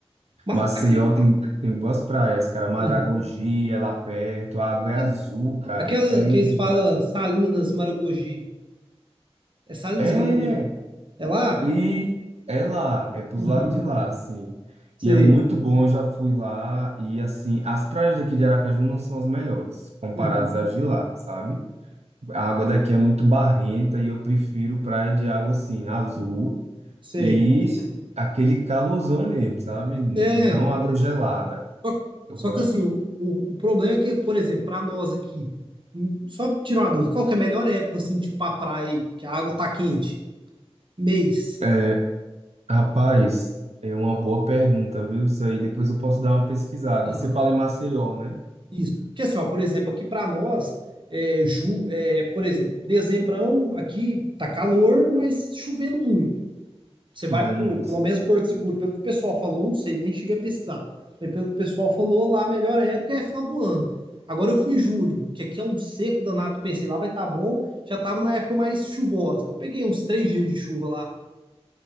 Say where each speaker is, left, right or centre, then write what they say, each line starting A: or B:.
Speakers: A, on the right; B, on the right.
A: Ma-
B: Maceió
A: aquele,
B: tem, tem boas praias, cara. Maragogi
A: uhum.
B: é lá perto, a água
A: Aquele-
B: é azul, cara.
A: aquela
B: É lindo
A: que eles
B: demais.
A: falam Salinas Maragogi. É Salinas
B: É,
A: Maragogi? É lá?
B: E é lá, é pros
A: Uhum.
B: lados de lá, assim.
A: Sei.
B: E é muito bom, eu já fui lá. E assim, as praias daqui de Aracaju não são as melhores, comparadas
A: Uhum.
B: às de lá, sabe? A água daqui é muito barrenta e eu prefiro praia de água assim, azul
A: Sei.
B: e aquele calorzão mesmo, sabe?
A: É.
B: Não água gelada.
A: Só,
B: Eu
A: só
B: gosto.
A: que assim, o, o, o problema é que, por exemplo, para nós aqui, hum, só tirar uma dúvida, qual que é a melhor época, assim, tipo pra praia, aí, que a água tá quente? Mês.
B: É, rapaz, é uma boa pergunta, viu? Isso aí depois eu posso dar uma pesquisada.
A: Aham.
B: Você fala em Maceió, né?
A: Isso. Porque assim, ó, por exemplo, aqui para nós, é, ju, é, por exemplo, dezembrão aqui tá calor, mas chovendo muito. Você vai
B: Chovendo
A: pro,
B: muito.
A: pelo menos Porto Seguro, pelo que o pessoal falou, não sei, nem cheguei a pesquisar. Mas pelo que o pessoal falou, lá a melhor época é final do ano. Agora eu fui em julho, que aqui é um seco danado, pensei, lá vai estar tá bom, já estava na época mais chuvosa. Eu peguei uns três dias de chuva lá.